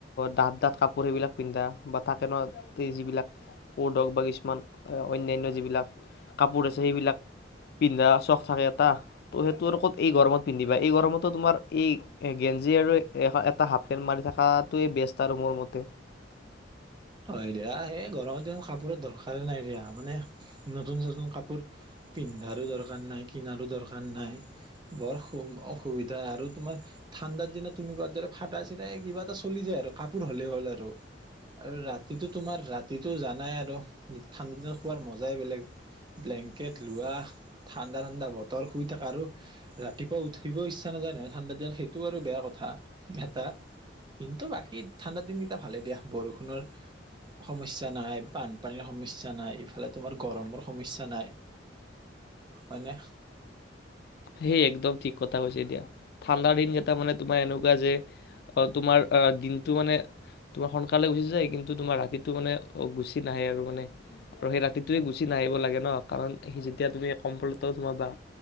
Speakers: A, on the left; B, on the right.
A: ডাঠ -ডাঠ কাপোৰ সেইবিলাক পিন্ধা বা থাকে ন, যিবিলাক কোড হক বা, কিছুমান অন্যান্য যিবিলাক কাপোৰ আছে সেইবিলাক পিন্ধা চখ থাকে এটা। ত' সেইটো আৰু ক'ত এই গৰমত পিন্ধিবা এই গৰমতো তোমাৰ এই গেঞ্জি আৰু এটা হাফ -পেণ্ট মাৰি থাকাটোৱে বেষ্ট আৰু মোৰ মতে।
B: হয়, দিয়া এই গৰমৰ দিনত কাপোৰত দৰকাৰে নাই দিয়া মানে নতুন- চতুন কাপোৰ পিন্ধাৰো দৰকাৰ নাই, কিনাৰো দৰকাৰ নাই, বৰ সু- অসুবিধা আৰু তোমাৰ ঠাণ্ডাৰ দিনত তুমি কোৱাৰ দৰে ফাটা- চিতাই কিবা এটা চলি যায় আৰু কাপোৰ হ'লেই হ'ল আৰু আৰু ৰাত, তোমাৰ ৰাতিটো জানাই আৰু, ঠাণ্ডাৰ দিনত খোৱাৰ মজাই বেলেগ ব্লেংকেট লোৱা, ভাত, ঠাণ্ডা - ঠাণ্ডা বত, তৰ শুই থাকা আৰু ৰাতিপুৱা উঠিব ইচ্ছা নাজাই নহয় ঠাণ্ডা দিনত, সেইটো আৰু বেয়া কথা এটা। কিন্তু বাকী ঠাণ্ডা দিনকেইটা ভালেই দিয়া বৰষুণৰ। সমস্যা নাই, বানপানীৰ সমস্যা, স্যা নাই, এইপিনে তোমাৰ গৰমৰ সমস্যা নাই, হয়নে?
A: সেই একদম ঠিক কথা কৈছে দিয়া, ঠাণ্ডাৰ দিন কেইটা মানে তোমাৰ এনেকুৱা যে অ, তোমাৰ অ, দিনটো মানে তোমাৰ সোনকালে গুচি যায়, কিন্তু তোমাৰ ৰাতিটো মানে গুচি নাহে আৰু মানে আৰু সেই ৰাতিটোয়ে গুচি নাহিব লাগে ন, কাৰণ সি যেতিয়া তুমি কম্বলৰ তলত সোমাবা,